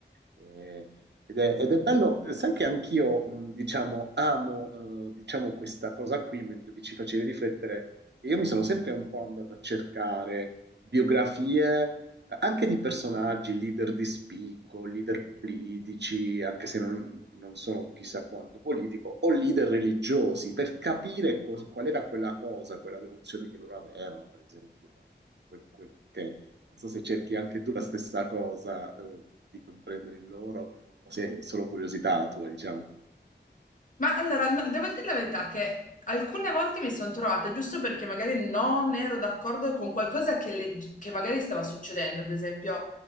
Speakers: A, on the right (about 70°); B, on the left (about 45°).
A: Eh, ed è, ed è bello, sai che anch'io, mh, diciamo, amo, eh, diciamo, questa cosa qui, mentre vi ci facevi riflettere e io mi sono sempre un po' andato a cercare biografie eh, anche di personaggi, leader di spicco, leader politici, anche se non, non sono chissà quanto politico, o leader religiosi, per capire cos- qual era quella cosa, quella devozione che loro avevano, per esempio. no? Quel, quel che, non so se cerchi anche tu la stessa cosa, eh, di comprendere in loro, o se è solo curiosità la tua, diciamo.
B: Ma allora, no, devo dire la verità che alcune volte mi sono trovata, giusto perché magari non ero d'accordo con qualcosa che, legg- che magari stava succedendo, ad esempio,